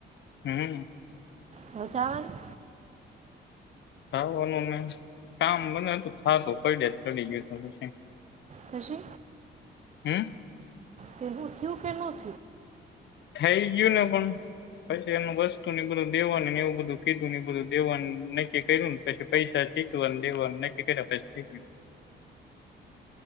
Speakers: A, on the left; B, on the right.
A: હમ હમ.
B: હવે જાવાનું?
A: થાવાનું નહીં કામ બને તો થાતું, પૈડે જ ચડી ગયું તું પછી.
B: થશે?
A: હમ?
B: તેવું થયું કે થયું?
A: થઈ ગયું ને પણ પછી એનું વસ્તુ ને બધું દેવાનું ન એવું બધું કીધું ન ઇ બધું દેવાનું નક્કી કર્યું ને પછી પૈસા ચૂકવ્યા ન દેવાનું નક્કી કર્યા પછી થઈ ગયું.